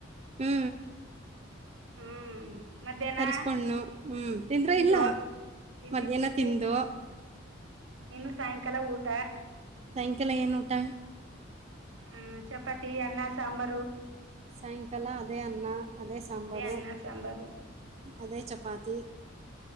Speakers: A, on the right; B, on the right.
A: ಹ್ಮ್
B: ಹ್ಮ್ ಮಧ್ಯಾಹ್ನ
A: ತರಿಸ್ಕೊಂಡು ಹ್ಮ್ ತಿಂದ್ರ
B: ತಂದುೋ
A: ಇಲ್ಲ
B: ತಿಿಂದಿ
A: ಮಧ್ಯಾಹ್ನ
B: ತಿಿಂದೆ
A: ತಿಂದು
B: ಇನ್ನು ಸಾಯಂಕಾಲ ಊಟ
A: ಸಾಯಂಕಾಲ ಏನೂಊಟಾ
B: ಹ್ಮ ಚಪಾತಿ ಅನ್ನಾ ಸಾಂಬಾರು
A: ಸಾಯಂಕಾಲ ಅದೇ ಅನ್ನ ಅದೇ ಸಾಂಬಾರು
B: ಅನ್ನ ಸಾಂಬಾರು
A: ಅದೇ ಚಪಾತಿ